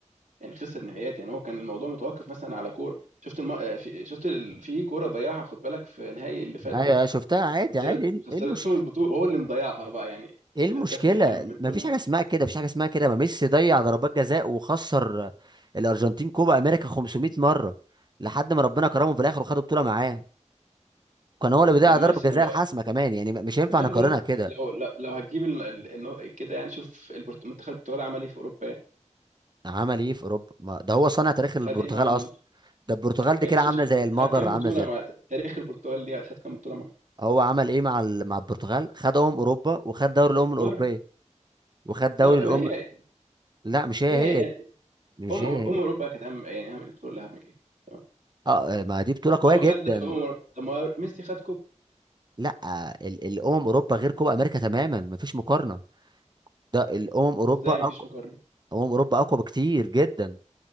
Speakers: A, on the right; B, on the right.
A: يعني خسر نهائيات يعني هو كان الموضوع متوقف مثلا على كوره شفت الم... آه، في... شفت ال... في كوره ضيعها خد بالك في نهائي اللي فات
B: ايوه
A: ده
B: أيوة، شفتها عادي
A: خسرت
B: عادي ايه
A: خسرتهم
B: إيه المشكله
A: البطوله هو اللي مضيعها بقى يعني
B: ايه المشكله
A: الهداف الجامد
B: ما
A: كل
B: فيش
A: حاجه
B: حاجه اسمها كده مفيش حاجه اسمها كده ما ميسي ضيع ضربات جزاء وخسر الارجنتين كوبا امريكا 500 مره لحد ما ربنا كرمه في الاخر وخد بطوله معاه كان هو اللي بيضيع
A: طب ماشي
B: ضربة جزاء
A: ما هو
B: الحاسمة كمان يعني م- مش ينفع
A: تمام
B: نقارنها
A: كده
B: كده
A: لو لو, لو هتجيب ال... ال... النو- كده يعني شوف البرت... منتخب البرتغال عمل ايه في اوروبا يعني
B: عمل ايه في اوروبا ما ده هو صانع تاريخ البرتغال
A: خد ايه مع رونالدو
B: اصلا ده البرتغال دي
A: ماشي
B: كده عاملة
A: مش خ-
B: زي المجر
A: خد كام
B: عاملة
A: بطولة
B: زي
A: مع تاريخ البرتغال دي خد كام بطولة مع
B: هو عمل ايه مع ال... مع البرتغال خدهم اوروبا وخد دوري الامم الاوروبيه
A: مرة
B: وخد دوري
A: ده ما
B: الامم
A: هي
B: لا مش هي
A: هي يعني
B: هي مش
A: أم
B: هي
A: أم
B: هي
A: أوروبا كانت أهم يعني أهم البطولة اللي أهم كده تمام
B: اه آه، ما دي بطوله قويه
A: هو
B: جدا
A: خد أم أوروبا طب ما هو ميسي خد كوب
B: لا ال... الامم اوروبا غير كوبا امريكا تماما مفيش مقارنه ده الامم اوروبا
A: إزاي
B: اقوى
A: مفيش مقارنة
B: امم اوروبا اقوى بكتير جدا